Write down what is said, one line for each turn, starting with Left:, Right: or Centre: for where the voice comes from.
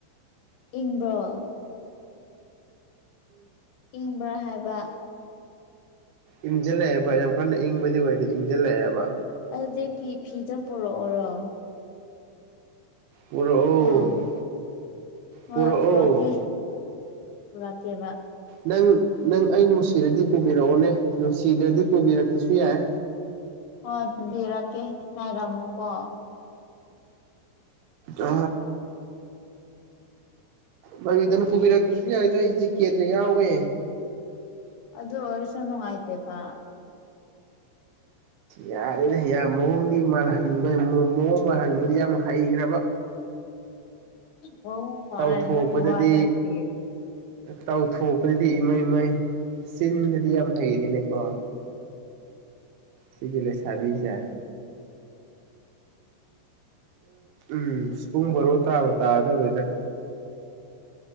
Left: ꯏꯪꯕ꯭ꯔꯣ ꯏꯪꯕ꯭ꯔꯥ ꯍꯥꯏꯕ
Right: ꯏꯪꯁꯤꯜꯂꯛꯑꯦꯕ ꯌꯥꯝ ꯀꯟꯅ ꯏꯪꯕꯗꯤ ꯑꯣꯏꯗꯦ ꯏꯪꯁꯤꯜꯂꯛꯑꯦꯕ
Left: ꯑꯗꯨꯗꯤ ꯐꯤ ꯐꯤꯗ ꯄꯨꯔꯛꯑꯣꯔꯣ
Right: ꯄꯨꯔꯛꯑꯣ
Left: ꯑꯝ ꯍꯣꯏ
Right: ꯄꯨꯔꯛꯑꯣ
Left: ꯄꯨꯔꯛꯀꯦ ꯄꯨꯔꯛꯀꯦꯕ
Right: ꯅꯪ ꯅꯪ ꯑꯩ ꯅꯨꯡꯁꯤꯔꯗꯤ ꯄꯨꯕꯤꯔꯛꯑꯣꯅꯦ ꯅꯨꯡꯁꯤꯗ꯭ꯔꯗꯤ ꯄꯨꯕꯤꯔꯛꯇꯁꯨ ꯌꯥꯏ
Left: ꯍ ꯑꯗꯨꯕꯤꯔꯛꯀꯦ ꯉꯥꯏꯔꯝꯃꯨꯀꯣ
Right: ꯑ ꯍꯣꯏ ꯏꯗꯅ ꯄꯨꯕꯤꯔ ꯀꯔꯂ ꯌꯥꯎꯋꯦ
Left: ꯑꯗꯨꯗ ꯍꯔꯁꯅꯅꯨꯡ ꯑꯥꯏꯇꯦ ꯄ
Right: ꯌꯥꯔꯦꯗ ꯍ ꯌꯥꯝ ꯃꯣꯍꯅꯤ ꯃꯥ ꯃꯑꯣꯡ ꯃꯇ ꯍꯟꯕꯗꯤ ꯌꯥꯝ ꯍꯩꯈ꯭ꯔꯕ
Left: ꯃꯑꯣꯡ ꯃꯥꯟꯕꯒꯤ
Right: ꯇꯧꯊꯣꯛꯄꯗꯗꯤ
Left: ꯋꯥ ꯅꯠꯇꯦ
Right: ꯇꯧꯊꯣꯛꯄꯗꯗꯤ ꯏꯃꯩ ꯃꯩ ꯆꯤꯟꯗꯗꯤ ꯌꯥꯝ ꯍꯩꯔꯦꯅꯦꯀꯣ ꯁꯤꯖꯤꯂꯦ ꯆꯕꯤ ꯁꯥꯥ ꯎꯝ ꯄꯨꯡ ꯕꯥꯔꯣ ꯇꯥꯕ ꯇꯥꯗꯧꯔꯣꯏꯗ